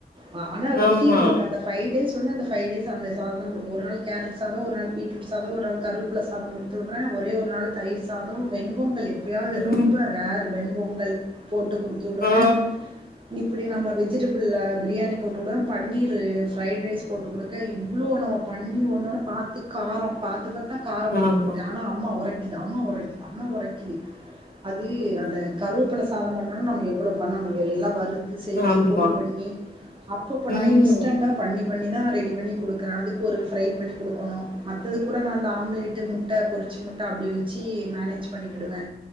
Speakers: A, on the right; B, on the left.
A: அ ஆனா ரொட்டீன்
B: ஆமா
A: ஒர்க் அந்த ஃபை டேஸ் ஃபை டேஸ் அந்த சாதோ குடுப்ப ஒரு நாள் கேரட் சாதோ, ஒரு நாள் பீட்ரூட் சாதோ, ஒரு நாள் கருவேப்ல சாதோ குடுத் உட்றே ஒரே ஒரு நாளு தயிர் சாதோ வெண்பொங்கலு எப்பயாவ்து
B: ம்
A: ரொம்ப ரேர் வெண்பொங்கல் போட்டுக் குடுத்து உடுவே
B: ஆ
A: இப் இப்டி நம்ம வெஜிடபிள்ல பிரியாணி போட்டுடுவே பன்னீரு ஃப்ரைட் ரைஸ் போட்டு குடுக்க இவ்ளோ நம்ம பண்ணி ஒன்னொன்னு பாத்து காரோ பாத்து பாத்து தா காரம் போட்டு
B: ஆமா
A: குடுக்கே ஆனா அம்மா ஒரைக்கிது அம்மா ஒரைக்கிது அம்மா ஒரைக்கிது அது அந்த கருவேப்ல சாதோ பண்ணுன் நம்ம எவ்ளோ பண்ணனு எல்லா வறுத் இது செஞ்சி
B: ஆமா
A: பொடி பண்ணி அப்பப்போ நா
B: ம்
A: இன்ஸ்டண்டா பண்ணி பண்ணி தா ரெடி பண்ணி குடுக்கற அதுக்கு ஒரு ஃப்ரை பண்ணி குடுக்கணு மத்ததுக்கூட நா அந்த ஆம்லேட்டு, முட்ட பொரி ச்ச முட்ட அப்டி வெச்சி மேனேஜ் பண்ணிகிடுவே